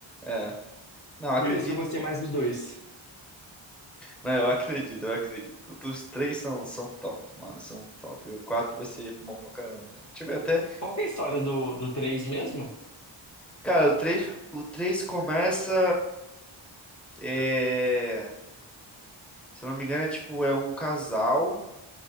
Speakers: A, in the centre; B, on the left.
A: é. Não, eu acredito,
B: por isso eu gostei
A: pô.
B: mais do dois.
A: Não, eu acredito, eu acredito. Os três são, são top, mano. São top. E o 4 vai ser bom pra caramba também. Deixa eu ver até.
B: Qual que é a história do, do três mesmo?
A: Cara, o três o 3 começa. é, Se eu não me engano, é tipo, é um casal.